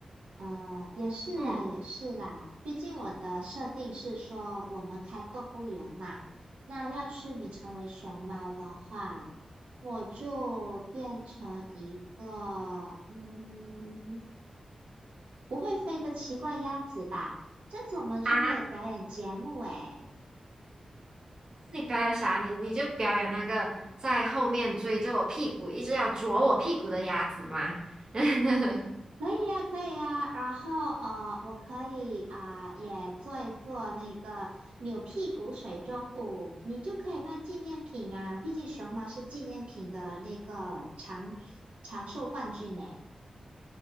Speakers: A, on the right (about 80°); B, on the right (about 35°).
A: 呃，也是啦，
B: 嗯
A: 也是啦。毕竟我的设定是说，我们开动物园嘛。那要是你成为熊猫的话，我就变成一个嗯不会飞的奇怪鸭子吧。这样子我们就可以表演节目诶。
B: 啊，你表演啥？你你就表演那个在后面追着我屁股，一直要啄我屁股的鸭子吗？<laughs>
A: 可以呀，可以呀，然后呃，我可以啊、也做一做那个扭屁股水中舞，你就可以卖纪念品啊，毕竟熊猫是纪念品的那个长长寿冠军呢。